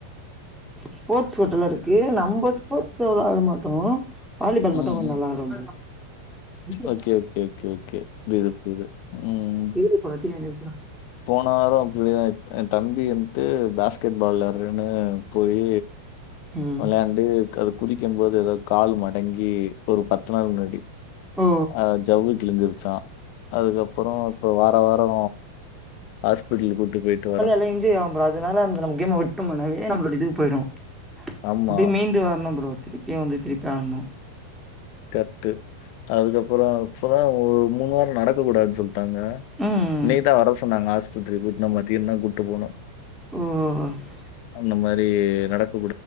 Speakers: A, in the centre; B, on the left (about 45°).
A: ஸ்போர்ட்ஸ் கோட்டால இருக்கு நம்ம ஸ்போர்ட்ஸ் அவலவா ஆட மாட்டோ வாலிபால் மட்டு
B: ம்
A: கொஞ்சோ
B: ம்
A: நல்லா ஆடுவே bro
B: okay okay okay okay புரியுது புரியுது ம் ம்
A: <unintelligible> என்னைய சொன்னா
B: போன வாரோ அப்டிதா ஆயிட் ஏ தம்பி வந்து பாஸ்கெட் ஃபால்ல நின்னு போயி
A: ம்
B: வெளையாண்ட் ட்டு அதுக் குதிக்கம் போது எதோ கால் மடங்கி ஒரு பத்து நாள் முன்னாடி
A: ஓ
B: ஆ ஜவ்வு கிழிஞ்சுருச்சா அதுக்கப்பறோ இப்போ வார வாரோ ஹாஸ்பிட்டலு கூட்டு பொயிட்டு வரே
A: இல்ல இஞ்சுரி ஆகு ப்ரோ அதுனால அந்த நம்ம கேம்ம விட்டம்னாலை நம்மளோட இது போய்டும்
B: ஆமா.
A: அப்டியே மீண்ட் ண்டு வர்ணு ப்ரோ திருப்பியு வந்து திருப்பியு ஆட்ணு
B: கட்டு சோ அதுக்கப்பறோ இப்பதா ஒரு மூணு வாரோ நடக்கக் கூடாதுனு சொல்ட்டு டாங்க
A: ம்
B: இன்னைக்குதா வர சொன்னாங்க ஆஸ்பத்திரிக்கு இன்னு மதியந்தா கூப்ட்டு போணு
A: ஓ ஓ செ
B: முன்ன மாரி நடக்